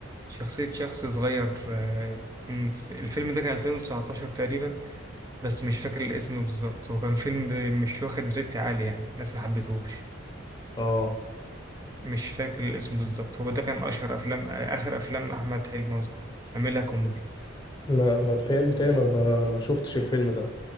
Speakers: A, on the right; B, on the left.
A: شخصية شخص صغير آه، مس- الفيلم ده كان 2019 تقريبا بس مش فاكر الاسم بالظبط هو كان فيلم ب- مش واخد ريت عالي يعني الناس ما حبتهوش
B: اه
A: مش فاكر الاسم بالظبط هو ده كان أشهر أفلام آه، آخر أفلام أحمد حلمي قصدي عاملها كوميدي
B: لا ما بتهيألي بتهيألي ما, ما, ما شفتش الفيلم ده